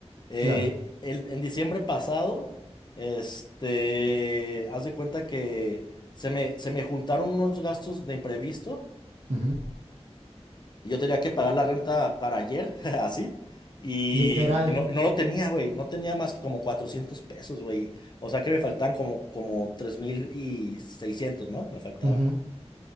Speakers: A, on the left; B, on the right.
A: Eh,
B: claro.
A: en, en diciembre pasado, este, haz de cuenta que se me, se me juntaron unos gastos de imprevisto
B: Ujú.
A: y yo tenía que pagar la renta para ayer, <laughs> así, y,
B: Literal.
A: y no, no lo tenía, güey, no tenía más que como 400 pesos, güey, o sea que me faltaban como, como tres mil seiscientos ¿no? Me faltaba.
B: Ujú,